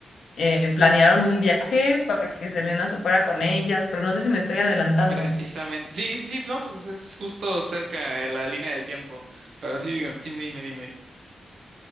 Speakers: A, on the left; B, on the right.
A: eh, planearon un viaje para que Selena se fuera con ellas, pero no sé si me estoy adelantando.
B: Precisamente. Sí, sí, sí, no, pues es justo cerca de la línea del tiempo. Pero sí, dígame, sí, dime, dime.